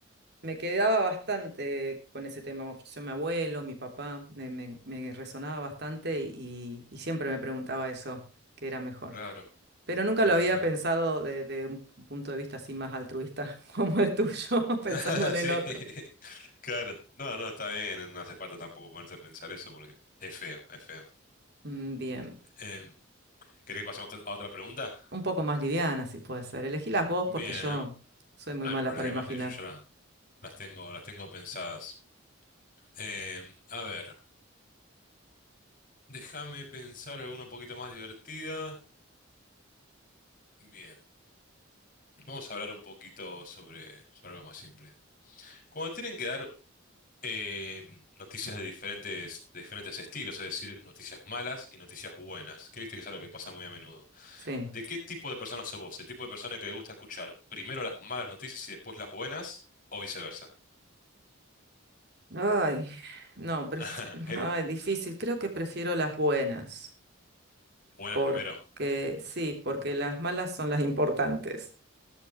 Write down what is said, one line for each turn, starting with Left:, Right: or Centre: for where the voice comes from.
Right: me quedaba bastante con ese tema. Cuando falleció mi abuelo, mi papá, me, me- me resonaba bastante y, y siempre me preguntaba eso, qué era mejor.
Left: claro,
Right: Pero nunca
Left: claro,
Right: lo había
Left: claro.
Right: pensado desde un punto de vista así más altruista <laughs> como el tuyo, <laughs> pensando
Left: <laughs>
Right: en
Left: Sí,
Right: el otro.
Left: <laughs> claro. No, no, está bien. No hace falta tampoco ponerse a pensar eso porque es feo, es feo.
Right: Mm, Bien,
Left: Eh, ¿querés que pasemos a otra a otra pregunta?
Right: un poco más liviana, si puede ser. Elegílas vos
Left: Bien,
Right: porque yo soy muy
Left: no
Right: mala
Left: hay problema,
Right: para imaginar.
Left: sí, yo ya la- las tengo, las tengo pensadas. Eh, a ver, déjame pensar alguna un poquito más divertida. Bien, vamos a hablar un poquito sobre, sobre algo más simple. Cuando tienen que dar eh, noticias de diferentes, de diferentes estilos, es decir, noticias malas y noticias buenas, que viste que es algo que pasa muy a menudo.
Right: Sí.
Left: ¿De qué tipo de persona sos vos? ¿El tipo de persona que le gusta escuchar primero las malas noticias y después las buenas? ¿O viceversa?
Right: Ay, no, pref-
Left: <laughs> Eh,
Right: ay, difícil. Creo que prefiero las buenas,
Left: buenas
Right: porque
Left: primero.
Right: sí, porque las malas son las importantes